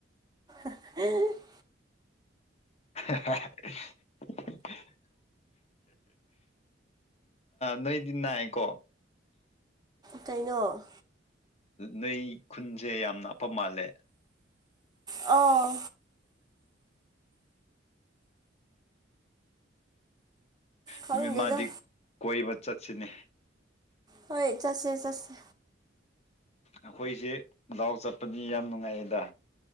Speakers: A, on the right; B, on the left.
A: <unintelligible>
B: <unintelligible> ꯅꯣꯏꯗꯤ ꯅꯥꯏꯀꯣ
A: ꯀꯩꯅꯣ
B: ꯅꯣꯏ ꯈꯨꯟꯁꯦ ꯌꯥꯝꯅ ꯂꯥꯞꯄ ꯃꯥꯜꯂꯦ
A: ꯑꯥ ꯈꯪꯗꯦꯗ
B: ꯅꯨꯃꯤꯠ ꯃꯥꯗꯤ ꯀꯣꯏꯕ ꯆꯠꯁꯤꯅꯦ
A: ꯍꯣꯏ ꯆꯠꯁꯦ ꯆꯠꯁꯦ
B: ꯑꯩꯈꯣꯏꯁꯦ ꯗꯥꯎ ꯆꯠꯄꯗꯤ ꯌꯥꯝ ꯅꯨꯡꯉꯥꯏꯌꯦꯗ